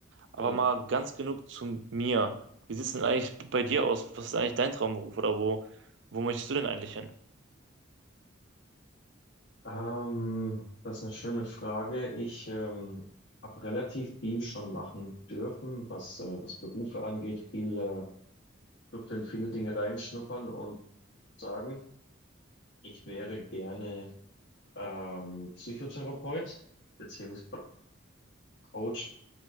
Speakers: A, on the right; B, on the left.
A: Aber
B: Mhm.
A: mal ganz genug zu mir. Wie sieht's denn eigentlich bei dir aus? Was ist eigentlich dein Traumberuf oder wo, wo möchtest du denn eigentlich hin?
B: Ähm, das ist eine schöne Frage. Ich ähm, habe relativ viel schon machen dürfen, was, äh, was Berufe angeht. Viel, äh, durfte in viele Dinge reinschnuppern und sagen, ich wäre gerne ähm, Psychotherapeut beziehungsweise Coach.